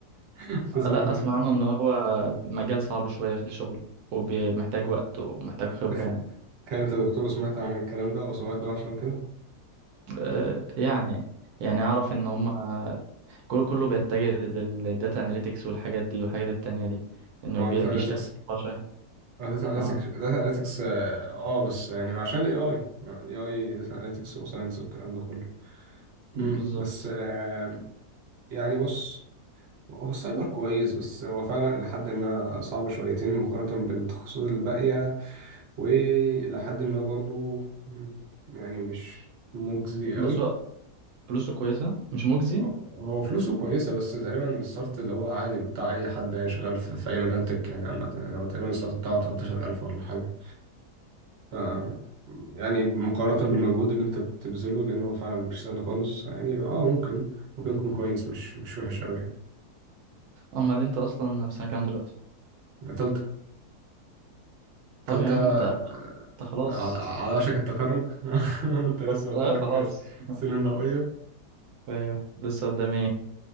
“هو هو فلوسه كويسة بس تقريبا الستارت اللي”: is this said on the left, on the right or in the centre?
Right